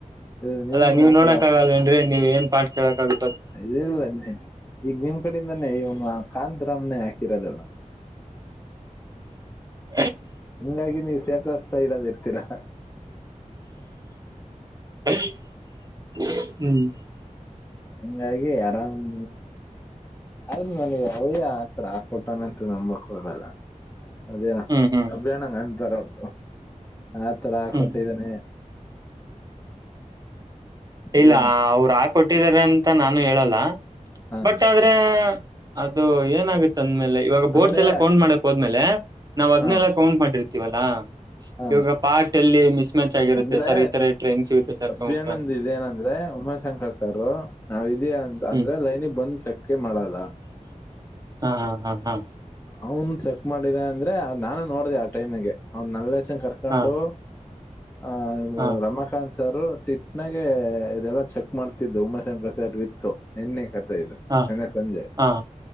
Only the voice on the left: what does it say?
ಇದು ನಿಮ್
ಹಾಕಳ
ಇಲ್ಲ ಈಗ ನಿಮ್ ಕಡೆಯಿಂದಾನೇ ಇವನ್ ಕಾಂತರಾಮ್ನೆ ಕಿರದಲ್ಲಣ
ಹಂಗಾಗಿ ನೀವು ಸಫರ್ ಸೈಡದ ಇರ್ತೀರಾ
ಹಂಗಾಗಿ ಆರಾಮ್ ಆದ್ರ ನನಗೆ ಯಾವದೇ ಆತರ ಆಕೋಟಾನಂತ ನಂಬಕ್ ಹೋಗಲ್ಲ ಅದೇನಪ್ಪಾ
ಅನಂಗ ಅ ರ ಉಂಟ ಆ ತರ
ಕೊಟ್ಟಿದ್ದೇನೆ ಇದೇನ
ಹ
ಅಂದ್ರೆ
ಹ
ಹ
ಅಂದ್ರೆ
ಅಭಿಯಾನಂದ್ ಇದೇನಂದ್ರೆ ಉಮಾಶಂಕರ್ ಸಾರ ನಾವ್ ಇದ್ಯಾ ಅ
ಅಂದ್ರೆ ಲೈನಿಗೆ ಬಂದ್ ಚೆಕ್ ಮಾಡಲ್ಲ
ಅವನ್ ಚೆಕ್ ಮಾಡಿದೆ ಅಂದ್ರೆ ನಾನು ನೋಡ್ದ ಆ ಟೈಮಿಗೆ ಅವ್ ನಲ್ಲೆ ಕರ್ಕಂಡು
ಆ
ರಮಾಖಾತ್ ಸರ್ ಸಿಟ್ನಾಗ ಇದೆಲ್ಲಾ ಚೆಕ್ ಮಾಡ್ತಿದ್ದು ಉಮಾಶಂಕರ್ ಸರ್ ವಿತ್ತು ನಿನ್ನ. ಇದು
ನಿನ್ನೆ ಸಂಜೆ